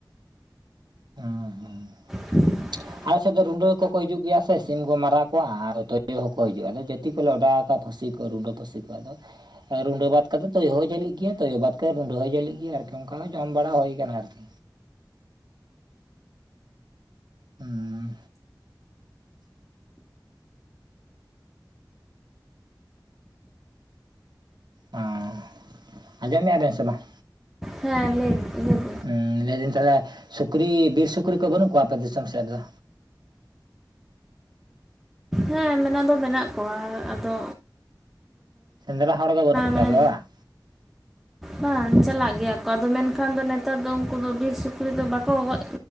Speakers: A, on the right; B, in the centre.
A: <unintelligible>
B: <inaudible>
A: ᱟᱞᱮ ᱥᱮᱫ ᱫᱚ ᱨᱩᱸᱰᱟᱹ ᱠᱚᱠᱚ ᱦᱤᱡᱩᱜ ᱜᱮᱭᱟ ᱥᱮ ᱥᱤᱢ ᱠᱚ ᱢᱟᱨᱟᱶ ᱠᱚᱣᱟ ᱟᱨ ᱛᱩᱭᱩ ᱦᱚᱸᱠᱚ ᱦᱤᱡᱩᱜᱼᱟ ᱟᱫᱚ ᱡᱟᱹᱛᱤ ᱠᱚᱞᱮ ᱚᱰᱟᱣ ᱟᱠᱟᱫ᱾ ᱯᱷᱟᱥᱤ ᱠᱚ ᱨᱩᱸᱰᱟᱹ ᱯᱷᱟᱥᱤ ᱠᱚ ᱟᱫᱚᱼᱼ ᱨᱩᱸᱰᱟᱹ ᱵᱟᱫᱽ ᱠᱟᱛᱮᱫ ᱛᱚᱭᱳ ᱦᱚᱸᱭ ᱡᱷᱟᱞᱤᱜ ᱜᱮᱭᱟ ᱛᱚᱭᱳ ᱵᱟᱫ ᱠᱟᱛᱮ ᱨᱩᱸᱰᱟᱹ ᱦᱚᱸᱭ ᱡᱷᱟᱹᱞᱤᱜ ᱜᱮᱭᱟ ᱟᱨᱠᱤ ᱚᱱᱠᱟ ᱦᱚᱸ ᱡᱚᱢ ᱵᱟᱲᱟ ᱦᱩᱭ ᱟᱠᱟᱱᱟ ᱟᱨᱠᱤᱼᱼ ᱦᱩᱸ ᱦᱮᱸ ᱟᱸᱡᱚᱢ ᱮᱫ ᱟᱵᱮᱱ ᱥᱮ ᱵᱟᱝ
B: ᱦᱮᱸ ᱞᱟᱹᱭ ᱵᱤᱱ <unintelligible>
A: ᱦᱮᱸ ᱞᱟᱹᱭ ᱫᱟᱹᱧ ᱛᱟᱦᱚᱞᱮ ᱥᱩᱠᱨᱤ ᱵᱤᱨ ᱥᱩᱠᱨᱤ ᱠᱚ ᱵᱟᱹᱱᱩᱜ ᱠᱚᱣᱟ ᱟᱯᱮ ᱫᱤᱥᱚᱢ ᱥᱮᱫ ᱨᱮ ᱫᱚᱼᱼ
B: ᱦᱮᱸ ᱢᱮᱱᱟᱜ ᱫᱚ ᱢᱮᱱᱟᱜ ᱠᱚᱣᱟ ᱟᱫᱚᱼᱼ
A: ᱥᱮᱸᱫᱽᱨᱟ ᱦᱚᱲ ᱜᱮ ᱵᱟᱹᱱᱩᱜ ᱠᱚ
B: ᱢᱟᱱᱮ
A: ᱛᱟᱯᱮᱭᱟ ᱵᱟᱝ
B: ᱵᱟᱝ ᱪᱟᱞᱟᱜ ᱜᱮᱭᱟ ᱠᱚ ᱟᱫᱚ ᱢᱮᱱ ᱠᱷᱟᱱ ᱫᱚ ᱱᱮᱛᱟᱨ ᱫᱚ ᱩᱱᱠᱩ ᱫᱚ ᱵᱤᱨ ᱥᱩᱠᱨᱤ ᱫᱚ ᱵᱟᱠᱚ ᱜᱚᱡᱼᱼ